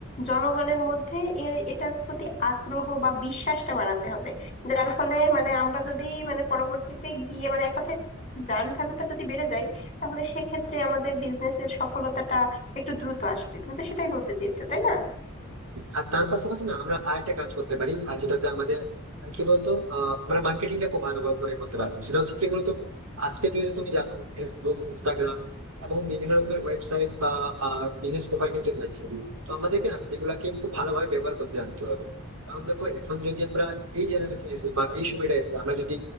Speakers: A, on the left (about 30°); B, on the right (about 85°).
A: জনগণের মধ্যে এর এটার প্রতি আগ্রহ বা বিশ্বাসটা বাড়াতে হবে যার ফলে মানে আমরা যদি মানে পরবর্তীতে গিয়ে মানে এক কথায় ব্র্যান্ড ভ্যালুটা যদি বেড়ে যায় তাহলে সেক্ষেত্রে আমাদের বিজনেসের সফলতাটা একটু দ্রুত আসবে তুমি তো সেটাই বলতে চেয়েছো তাই না
B: আর তার পাশাপাশি না আমরা আর একটা কাজ করতে পারি আর যেটাতে আমাদের আহ, কি বলতো আহ, আমরা মার্কেটিংটা খুব ভালোভাবে করে করতে পারবো সেটা হচ্ছে কি বলতো আজকে যদি তুমি জানো ফেসবুক ইনস্টাগ্রাম এবং বিভিন্ন রকমের ওয়েবসাইট বা বিজনেস পেপার কিন্তু রয়েছে তো আমাদেরকে না সেগুলাকে খুব ভালোভাবে ব্যবহার করতে জানতে হবে কারণ দেখো এখন যদি আমরা এই জেনারেশন এসে বা এই সময়টা এসে আমরা যদি